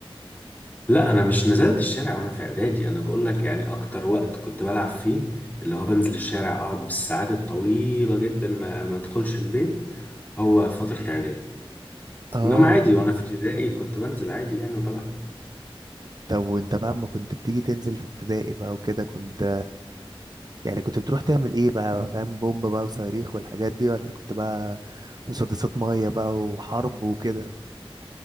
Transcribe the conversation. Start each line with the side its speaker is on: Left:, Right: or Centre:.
Left: لا انا مش نزلت الشارع وانا في اعدادي انا بقول لك يعني اكتر وقت كنت بلعب فيه اللي هو بنزل الشارع اقعد بالساعات الطويله جدا ما ما ادخلش البيت هو فتره اعدادي
Right: اه
Left: انما عادي وانا في ابتدائي كنت بنزل عادي يعني وبلعب
Right: طب وانت بقى اما كنت بتيجي تنزل في ابتدائي بقى وكده كنت يعني كنت بتروح تعمل ايه بقى فاهم بومب بقى وصواريخ والحاجات دي ولا كنت بقى مسدسات ميه بقى وحرب وكده